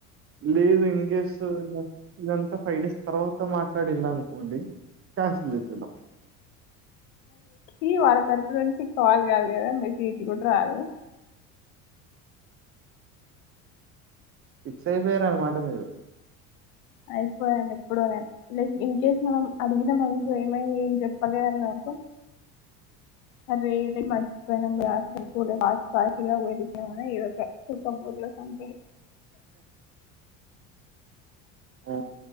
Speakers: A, on the right; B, on the left.
A: లేదు ఇం గేసు మొ ఇదంతా ఫైవ్ డేస్ తర్వాత మాట్లాడిళ్లా అనుకోండి క్యాన్సల్ చేపిద్దాం
B: ఇ వాళ్ళ తరపు నుంచి కాల్ కాదు కదా మెస్సేజ్ కూడా రాదు
A: ఫిక్సయి పేయినరమాట మీరు
B: అయిపోయాను ఎప్పుడో నే లైక్ ఇన్ కేస్ మనం అడిగినాం గ ఏమైంది ఏం చెప్పలేదని అంటే అరేే నేం మర్చిపోయినాం రా అనుకోలే ఫాస్ట్ ఫాస్ట్ గా వెళ్లిపోయినా మ్ ఎదొక సెటప్ బుర్లో సమ్,
A: ఆ!